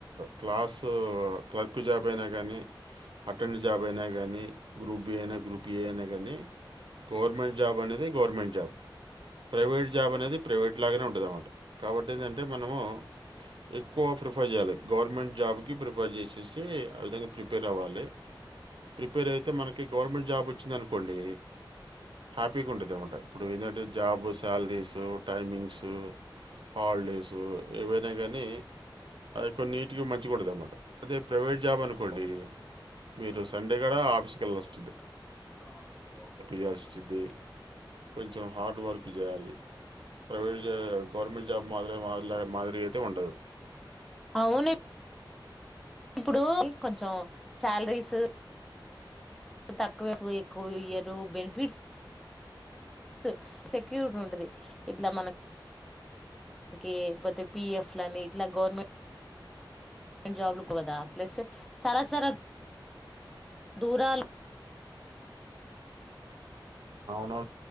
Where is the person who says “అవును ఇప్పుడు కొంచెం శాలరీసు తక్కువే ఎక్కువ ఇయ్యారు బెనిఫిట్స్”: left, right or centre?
Centre